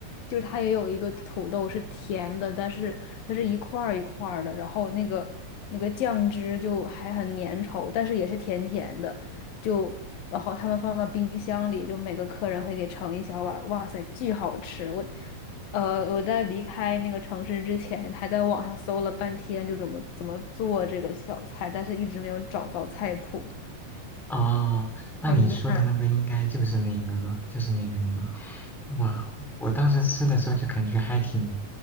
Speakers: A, on the left; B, in the centre.
A: 就是它也有一个土豆是甜的，但是它是一块儿一块儿的，然后那个那个酱汁就还很粘稠，但是也是甜甜的。就然后他们放到冰箱里，就每个客人会给盛一小碗儿，哇塞，巨好吃！我，呃，我在离开那个城市之前，还在网上搜了半天，就怎么怎么做这个小菜，但是一直没有找到菜谱，
B: 哦，那你说的那个应该就是那个，
A: 好遗憾。
B: 就是那个你，哇！我当时吃的时候就感觉还挺，